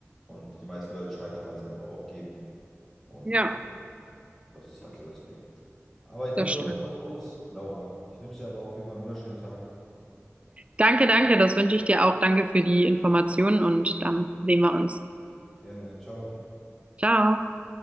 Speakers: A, in the centre; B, on the right.
A: Und die meisten Leute scheitern, weil sie einfach aufgeben. Und
B: Ja,
A: äh, ja, das ist halt so das Ding. Aber ich
B: das
A: muss jetzt
B: stimmt.
A: auf jeden Fall los, Laura. Ich wünsche dir aber auf jeden Fall einen wunderschönen Tag.
B: Danke, danke, das wünsche ich dir auch. Danke für die Informationen und dann sehen wir uns.
A: Gerne. Ciao.
B: Ciao.